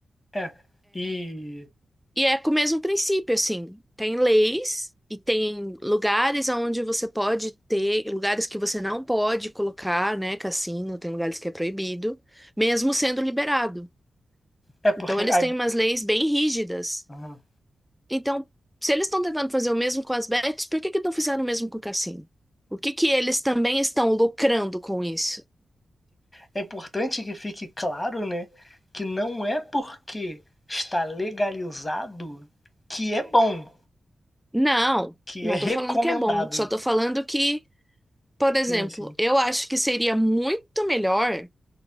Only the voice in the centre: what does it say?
E é com o mesmo princípio, assim. Tem leis e tem lugares onde você pode ter, lugares que você não pode colocar, né? Cassino, tem lugares que é proibido, mesmo sendo liberado.
Então, eles
têm umas leis bem rígidas.
Então, se eles estão tentando fazer o mesmo com as bets, por que que não fizeram o mesmo com o cassino? O que que eles também estão lucrando com isso?
Não,
não
tô falando que é bom, só tô falando que, por exemplo,
eu acho que seria muito melhor.